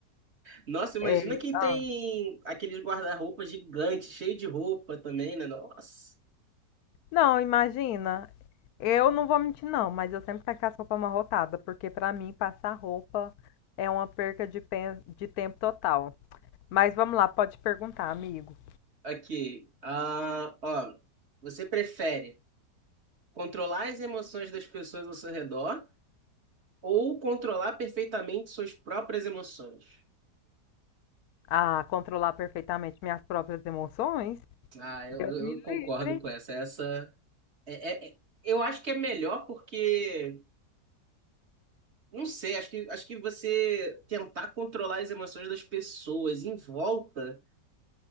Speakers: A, on the right (about 40°); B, on the left (about 70°).
A: Nossa, imagina
B: É,
A: quem
B: ah.
A: tem aqueles guarda-roupa gigante, cheio de roupa também, né? Nossa.
B: Não, imagina. Eu não vou mentir, não, mas eu sempre saio com as roupas amarrotadas, porque pra mim passar roupa é uma perca de, pen- de tempo total. Mas vamos lá, pode perguntar, amigo.
A: Aqui. Ah, ó. Você prefere controlar as emoções das pessoas ao seu redor? Ou controlar perfeitamente suas próprias emoções.
B: Ah, controlar perfeitamente minhas próprias emoções,
A: Ah, eu,
B: Deus
A: eu-
B: me
A: eu concordo
B: livre.
A: com essa. Essa é, é- é- eu acho que é melhor porque não sei, acho que acho que você tentar controlar as emoções das pessoas em volta